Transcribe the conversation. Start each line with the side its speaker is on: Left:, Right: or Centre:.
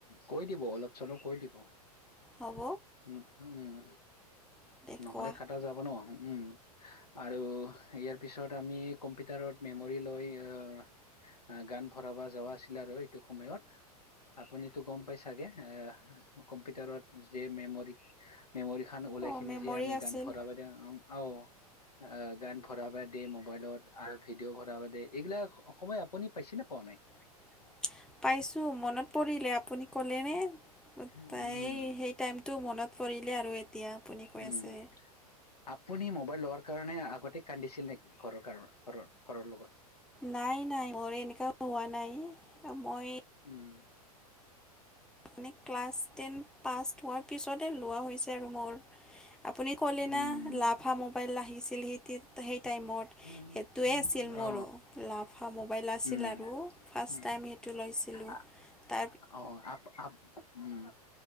Left: কৈ দিব অলপ চলপ কৈ দিব।
Centre: হ'ব।
Left: উম উম,
Centre: দে
Left: নহ'লে
Centre: কোৱা
Left: কাটা যাব নহ। উম, আৰু ইয়াৰ পিছত আমি কম্পিউটাৰত মেমৰি লৈ আহ আহ, গান ভৰাবা যাৱা আছিলে আৰু এইটো সময়ত। আপুনিতো গম পাই চাগে, আহ কম্পিউটাৰত যে, মেমৰি-মেমৰিখান ওলাই
Centre: অঁ
Left: কিনে
Centre: মেমৰি
Left: যে আমি
Centre: আছিল
Left: গান ভৰাবা দেওঁ অ'। অ', গান ভৰাবা দি মোবাইলত, আৰু ভিডিঅ' ভৰাব দি এইগিলাক সময় আপুনি পাইছে নে পোৱা নাই?
Centre: <inaudible> পাইছোঁ, মনত পৰিলে আপুনি ক'লেনে
Left: উম
Centre: তাই সেই টাইমটো মনত পৰিলে আৰু এতিয়া, আপুনি কৈ
Left: উম
Centre: আছে।
Left: আপুনি মোবাইল লোৱাৰ কাৰণে আগতে কান্দিছিল নেকি? ঘৰৰ কাৰ ঘৰৰ-ঘৰৰ লগত
Centre: নাই, নাই মোৰ এনেকা হোৱা নাই। মই
Left: উম।
Centre: আপুনি ক্লাছ টেন পাছ হোৱাৰ পিছতে লোৱা হৈছে আৰু মোৰ। আপুনি কলি না,
Left: উম
Centre: লাভা মোবাইল আহিছ আছিল <unintelligible> সেই টাইমত,
Left: উম
Centre: সেইটোৱে
Left: উম
Centre: আছিল মোৰো
Left: অ
Centre: লাফা মোবাইল আছিল
Left: উম
Centre: আৰু। ফাৰ্ষ্ট
Left: উম
Centre: টাইম সেইটো লৈছিলোঁ,
Left: আ-
Centre: তা
Left: অ', আপ-আপ উম।